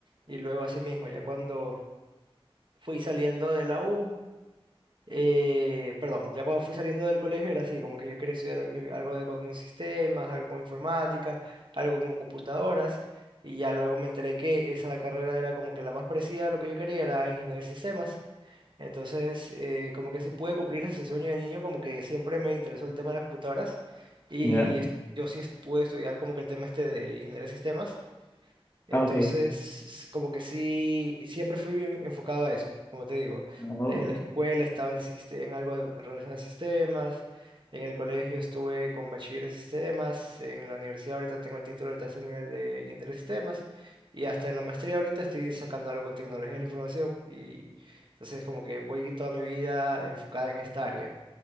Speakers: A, on the right; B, on the left.
A: y luego así mismo, ya cuando fui saliendo de la U. Eh, perdón, ya cuando fui saliendo del colegio era así, como que yo quería estudiar eh, algo de, con sistemas, algo con informática, algo con computadoras, y ya luego me enteré que esa carrera era como que la más parecida a lo que yo quería, era ingeniería de sistemas. Entonces, eh, como que sí pude cumplir ese sueño de niño, como que siempre me interesó el tema de las computadoras, y
B: ¿Ya?
A: es- yo sí es- pude estudiar como que el tema este de ingeniería de sistemas. Entonces,
B: Ah, ok.
A: s- como que sí, siempre fui bien enfocado a eso, como te digo.
B: Oh,
A: Desde la escuela estaba en, siste- en algo relacionado a sistemas, en el colegio estuve con bachiller de sistemas, en la universidad ahorita tengo el título de tercer nivel de ingeniero de sistemas, y hasta en la maestría ahorita estoy sacando algo con tecnología de la información, y entonces como que voy toda mi vida enfocada en esta área.